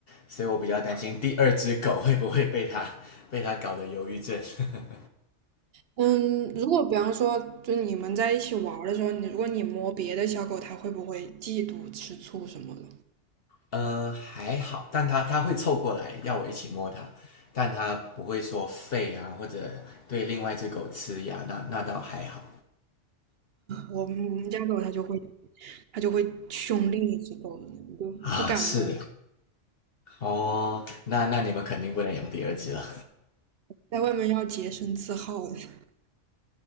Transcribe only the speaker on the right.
嗯，如果比方说，就你们在一起玩儿的时候，你如果你摸别的小狗，它会不会嫉妒、吃醋什么的？
我们我们家狗它就会。它就会去凶另一只狗的，你就不敢摸。
在外面要洁身自好的。<laughs>